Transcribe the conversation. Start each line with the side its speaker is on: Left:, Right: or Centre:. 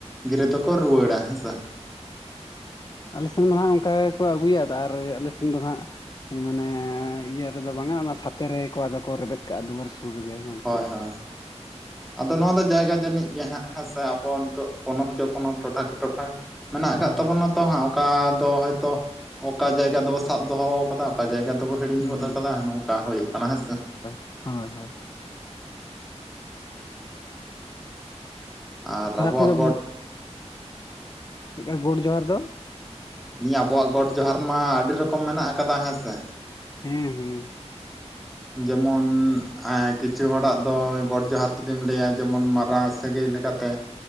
Centre: ᱜᱤᱨᱟᱹ ᱫᱚᱠᱚ ᱨᱩᱣᱟᱹᱲᱟ <unintelligible>
Left: ᱟᱞᱮ ᱥᱮᱱ ᱢᱟ ᱱᱷᱟᱜ ᱚᱱᱠᱟ ᱜᱮᱠᱚ ᱟᱹᱜᱩᱭᱟ ᱟᱨ ᱟᱞᱮ ᱥᱮᱱ ᱫᱚ ᱱᱷᱟᱸᱜ ᱢᱟᱱᱮ ᱤᱭᱟᱹ ᱨᱮᱫᱚ ᱵᱟᱝ-ᱟ ᱚᱱᱟ ᱥᱟᱛᱮ ᱨᱮ ᱠᱚ ᱟᱫᱚ ᱠᱚ ᱨᱮᱵᱮᱫ ᱠᱟᱜ-ᱟ ᱫᱩᱣᱟᱹᱨ ᱥᱩᱨ ᱨᱮᱜᱮ ᱚᱱᱟ ᱫᱚ
Centre: ᱦᱚᱭ ᱦᱚᱭ ᱟᱫᱚ ᱱᱚᱣᱟ ᱫᱚ ᱡᱟᱭᱜᱟ ᱡᱟᱹᱱᱤᱡ ᱜᱮ ᱦᱟᱸᱜ ᱦᱮᱸ ᱥᱮ ᱟᱵᱚ ᱱᱤᱛᱚᱜ ᱯᱚᱱᱚᱛ ᱠᱮ ᱯᱚᱱᱚᱛ ᱴᱚᱴᱷᱟ ᱠᱮ ᱴᱚᱴᱷᱟ ᱢᱮᱱᱟᱜ ᱟᱠᱟᱫ
Left: ᱦᱟᱸᱜ
Centre: ᱛᱟᱵᱚᱱᱟ
Left: ᱦᱚᱸ
Centre: ᱛᱚ ᱦᱟᱸᱜ ᱚᱠᱟ ᱫᱚ ᱦᱚᱭᱛᱚ ᱚᱠᱟ ᱡᱟᱭᱜᱟ ᱫᱚᱵᱚ ᱥᱟᱵ ᱫᱚᱦᱚ ᱟᱠᱟᱫᱟ ᱚᱠᱟ ᱡᱟᱭᱜᱟ ᱫᱚᱵᱚ ᱦᱤᱲᱤᱧ
Left: ᱦᱩᱸ
Centre: ᱜᱚᱫ ᱟᱠᱟᱫᱟ ᱱᱚᱝᱠᱟ ᱦᱩᱭᱩᱜ ᱠᱟᱱᱟ ᱦᱮᱸ ᱥᱮ
Left: ᱦᱚᱭ ᱦᱚᱭ
Centre: ᱟᱨ
Left: ᱛᱟᱦᱚᱞᱮ
Centre: ᱟᱵᱚᱣᱟᱜ
Left: ᱟᱯᱮ ᱫᱚ
Centre: ᱜᱚᱰ
Left: ᱪᱮᱫ ᱞᱮᱠᱟ ᱜᱚᱰ ᱡᱚᱦᱟᱨ ᱫᱚ
Centre: ᱞᱟᱹᱭ ᱮᱫ ᱟᱹᱧ ᱟᱵᱚᱣᱟᱜ ᱜᱚᱰ ᱡᱚᱦᱟᱨ ᱢᱟ ᱟᱹᱰᱤ ᱨᱚᱠᱚᱢ ᱢᱮᱱᱟᱜ ᱟᱠᱟᱫᱟ ᱦᱮᱸ ᱥᱮ
Left: ᱦᱮᱸ ᱦᱩᱸ
Centre: ᱡᱮᱢᱚᱱ ᱠᱤᱪᱷᱩ ᱦᱚᱲᱟᱜ ᱫᱚ ᱜᱚᱰ ᱡᱚᱦᱟᱨ ᱡᱩᱫᱤᱢ ᱞᱟᱹᱭᱟ ᱡᱮᱢᱚᱱ ᱢᱟᱨᱟᱝ ᱥᱟᱹᱜᱟᱹᱭ ᱞᱮᱠᱟᱛᱮ